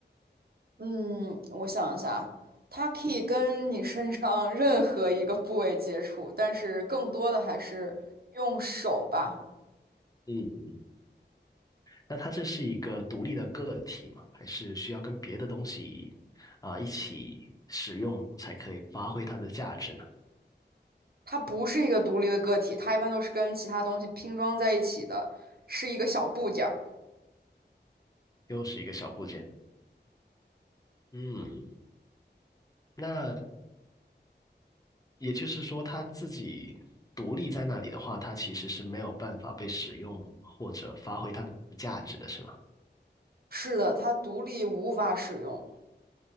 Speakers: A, on the right; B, on the left.
A: 嗯，我想一下啊，它可以跟你身上任何一个部位接触，但是更多的还是用手吧。
B: 嗯嗯。那它这是一个独立的个体吗？还是需要跟别的东西啊、一起使用才可以发挥它的价值呢？
A: 它不是一个独立的个体，它一般都是跟其他东西拼装在一起的，是一个小部件儿。
B: 又是一个小部件。嗯，那也就是说，它自己独立在那里的话，它其实是没有办法被使用或者发挥它的价值的，是吗？
A: 是的，它独立无法使用，